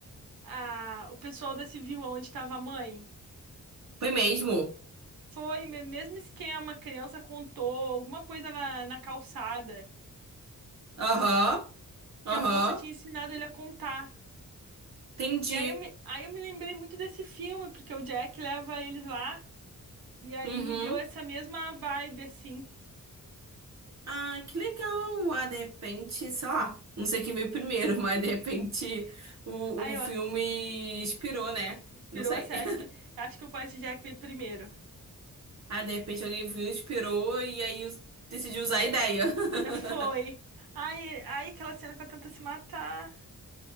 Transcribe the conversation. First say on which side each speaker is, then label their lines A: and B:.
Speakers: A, on the right; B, on the right.
A: a- o pessoal da Civil, onde estava a mãe.
B: Foi mesmo?
A: Foi me- mesmo esquema, a criança contou alguma coisa na, na calçada
B: Aham, aham.
A: que a moça tinha ensinado ele a contar.
B: Entendi.
A: E aí eu me, aí eu me lembrei muito desse filme, porque o Jack leva eles lá e aí
B: Uhum.
A: me deu essa mesma vibe, assim.
B: Ah, que legal! Ah, de repente, sei lá, não sei quem veio primeiro, <laughs> mas de repente o,
A: Aí,
B: o filme
A: ó,
B: inspirou, né?
A: inspirou,
B: Não sei.
A: assim,
B: <laughs>
A: acho que, acho que o quarto Jack veio primeiro.
B: Ah, de repente alguém viu, inspirou e aí us- decidiu usar a ideia. <laughs>
A: <laughs> Foi. Aí, aí aquela cena que ela tenta se matar.